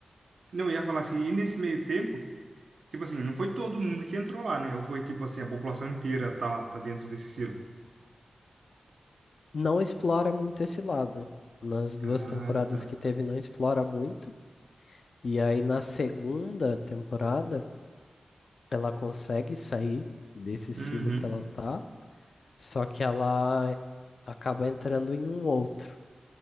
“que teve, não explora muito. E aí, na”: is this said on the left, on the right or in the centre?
Left